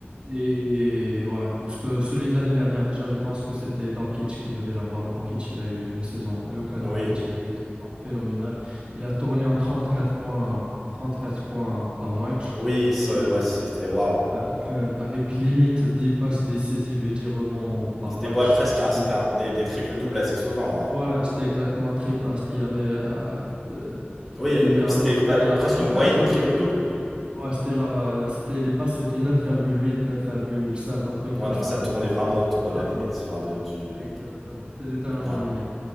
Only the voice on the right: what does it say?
Et, ouais, parce que celui de l'année dernière, déjà, je pense que c'était Doncic qui devait l'avoir. Doncic, il a eu une saison, le cas
Doncic, il a eu une saison phénoménale. Il a tourné en 34 points, 34 points par match.
Et
avec, euh, avec limite 10 passes décisives et 10 rebonds par
match.
C'est
Voilà, c'était exactement trip. hein, c'était- il avait euh, euh,
littéralement,
c'était
euh,
à peu
près
un triple
double. Ouais, c'était genre, euh, c'était, les passes, c'était neuf neuf virgule huit neuf virgule sept un truc
comme
ça
avec
le rebond.
Donc,
ouais,
exactement, c'était littéralement
limite.